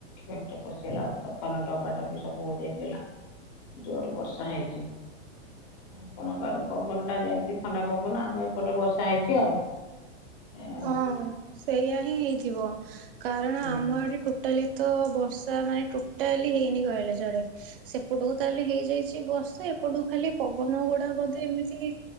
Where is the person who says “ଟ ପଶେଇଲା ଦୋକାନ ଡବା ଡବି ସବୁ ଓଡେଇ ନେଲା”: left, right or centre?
Left